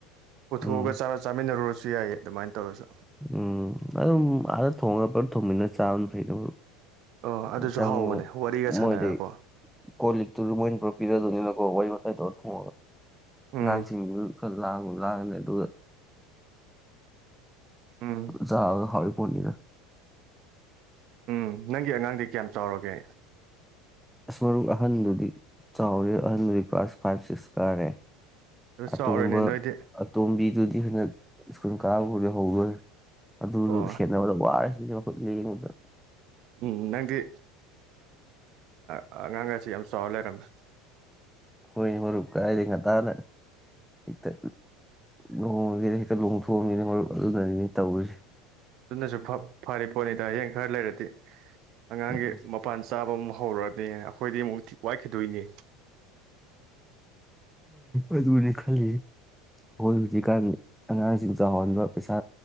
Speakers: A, on the right (about 50°); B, in the centre.
A: ꯄꯨꯊꯣꯛꯑꯒ
B: ꯎꯝ
A: ꯆꯥꯔ ꯆꯥꯃꯤꯟꯅꯔꯨꯔꯁꯤꯦ ꯨ ꯌꯥꯏꯌꯦ ꯑꯗꯨꯃꯥꯏꯅ ꯇꯧꯔꯁꯨ
B: ꯎꯝ ꯑꯗꯨꯝ ꯑꯥꯗ ꯊꯣꯡꯉꯒ ꯄꯨꯂꯞ ꯊꯣꯡꯃꯤꯟꯅ ꯆꯥꯕꯅ ꯐꯩꯗ
A: ꯑꯣ ꯑꯗꯨꯁꯨ
B: ꯆꯪꯉꯤꯨ
A: ꯍꯥꯎꯕꯅꯦ ꯋꯥꯔꯤꯒ ꯁꯥꯟꯅꯔꯒꯀꯣ
B: ꯃꯣꯏꯗꯤ ꯀꯣꯜ ꯂꯤꯛꯇꯨ ꯃꯣꯏꯅ ꯄꯨꯔꯛꯄꯤꯤꯔꯗꯅꯤꯅꯀꯣ ꯋꯥꯔꯤ ꯋꯥꯥꯏꯗꯨ ꯍ
A: ꯎꯝ
B: ꯉ ꯆ ꯈ ꯂꯥꯡ ꯂꯥꯡꯅꯦ ꯑꯗꯨ
A: ꯎꯝ
B: ꯆ ꯍꯥꯎꯔ ꯄꯅꯤꯅ
A: ꯎꯝ ꯅꯪꯒꯤ ꯑꯉꯥꯡꯗꯤ ꯀꯌꯥꯝ ꯆꯥꯎꯔꯒꯦ
B: ꯑꯁ ꯃꯔꯛ ꯑꯍꯟꯗꯨꯗꯤ ꯆꯥꯎꯔꯦ ꯑꯍꯟꯗꯨꯗꯤ ꯀ꯭ꯂꯥꯁ ꯐꯥꯏꯚ ꯁꯤꯛꯁ ꯀꯥꯔꯦ
A: ꯑꯗꯨ
B: ꯑꯇꯣꯝꯕ
A: ꯆꯥꯎꯔꯦꯅꯦ ꯅꯣꯏꯗꯤ
B: ꯑꯇꯣꯝꯕꯤꯗꯨꯗꯤ ꯇꯅ ꯁ꯭ꯀꯨꯜ ꯀꯥꯕꯕꯨꯗꯤ ꯍꯧꯧꯕꯣꯏ ꯑꯗꯨ
A: ꯑꯣ
B: ꯁꯦꯠꯅꯕꯗ ꯋꯥꯔ ꯌꯦꯗ
A: ꯎꯝ ꯅꯪꯗꯤ ꯑꯉꯥꯡꯉꯦ ꯌꯥꯝ ꯆꯥꯎꯔ ꯂꯩꯔꯝꯃꯦ
B: ꯀꯣꯏꯅꯤ ꯍꯔꯕ ꯀꯥꯏ ꯈ ꯑꯅ ꯍꯦꯛꯇ ꯂꯨꯍꯣꯡꯉꯒꯦꯗ ꯍꯦꯛꯇ ꯂꯣꯡꯊꯣꯛꯑꯅꯤꯅ ꯃꯔ ꯑꯗꯨꯅꯅꯤꯅꯦ ꯇꯧꯔꯤꯁꯤꯦ
A: ꯑꯗꯨꯅꯁꯨ ꯐꯔ ꯄꯣꯅꯤꯇꯥ ꯍꯌꯦꯡ ꯈꯔ ꯂꯩꯔꯗꯤ ꯑꯉꯥꯡꯒꯤ
B: ꯎꯝ
A: ꯃꯄꯥꯟ ꯆꯥꯕ ꯑꯃꯨꯛ ꯍꯧꯔꯛꯑꯗꯤ ꯑꯩꯈꯣꯏꯗꯤ ꯑꯃꯨꯛ ꯋꯥꯏꯈꯤꯗꯣꯏꯅꯤ
B: ꯑꯗꯨ ꯑꯣꯏꯅ ꯈꯜꯂꯤ ꯑꯩꯈꯣꯏ ꯍꯧꯖꯤꯛꯀꯥꯟ ꯑꯉꯥꯡꯁꯤꯡ ꯆꯥꯎꯍꯟꯕ ꯄꯩꯁꯥ